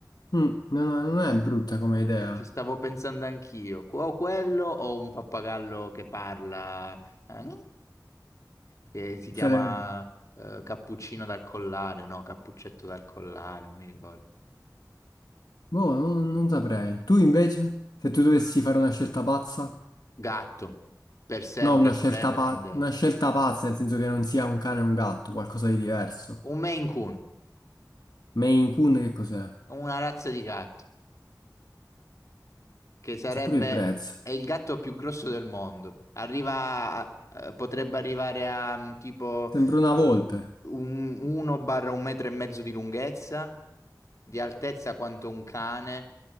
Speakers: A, on the left; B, on the left.
A: Mm, no, no, non è brutta come idea.
B: Ci ci stavo pensando anch'io, Qu- o quello o un pappagallo che parla, eh, che si chiama
A: Sarebbe.
B: eh, cappuccino dal collare, no, cappuccetto dal collare, non mi ricordo.
A: Boh, non, non saprei. Tu invece, se tu dovessi fare una scelta pazza?
B: Gatto, per sempre,
A: No, una
B: forever
A: scelta, pa-
B: and ever.
A: una scelta pazza, nel senso che non sia un cane e un gatto, qualcosa di diverso.
B: Un Maine Coon,
A: Maine Coon che cos'è?
B: una razza di gatto, che sarebbe,
A: C'è pure il prezzo.
B: è il gatto più grosso del mondo. Arriva, a- eh, potrebbe arrivare a mm, tipo
A: Sembra una
B: eh,
A: volpe.
B: un 1 barra un metro e mezzo di lunghezza, di altezza quanto un cane.